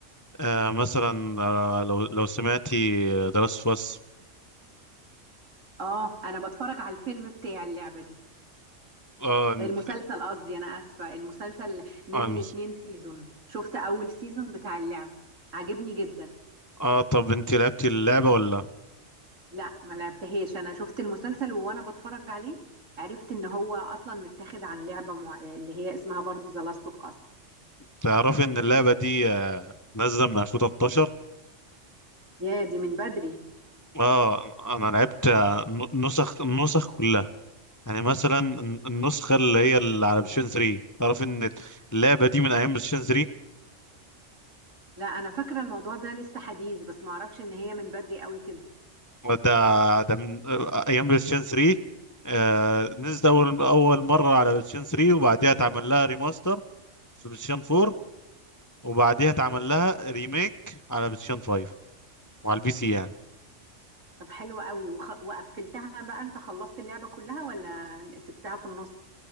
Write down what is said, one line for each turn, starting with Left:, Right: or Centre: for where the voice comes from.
Left: آه مثلا آه لو لو سمعتي دراسة فاس
Right: اه انا بتفرج على الفيلم بتاع اللعبة دي
Left: اه عن-
Right: المسلسل قصدي انا اسفه المسلسل نازل
Left: عن-
Right: اتنين سيزون شفت اول سيزون بتاع اللعب عجبني جدا
Left: اه طب انت لعبتي اللعبة ولا
Right: لا ما لعبتهاش انا شفت المسلسل وانا بتفرج عليه عرفت ان هو اصلا متاخد عن لعبه مع... اللي هي اسمها برضو ذا لاست اوف اس
Left: تعرفي ان اللعبه دي آه، نازله من 2013
Right: يا دي من بدري
Left: اه انا لعبت آه، نسخ النسخ كلها يعني مثلا النسخه اللي هي اللي على بلايستيشن 3 تعرف ان اللعبه دي من ايام بلايستيشن 3
Right: لا انا فاكره الموضوع ده لسه حديث بس ما اعرفش ان هي من بدري قوي كده
Left: ده ده من آه، ايام بلايستيشن 3 آه، نزلت اول اول مره على بلايستيشن 3 وبعديها اتعمل لها ريماستر في بلايستيشن 4 وبعديها اتعمل لها ريميك على بلايستيشن 5 وعلى البي سي يعني
Right: طب حلوه قوي وخ... وقفلتها بقى انت خلصت اللعبه كلها ولا سبتها في النص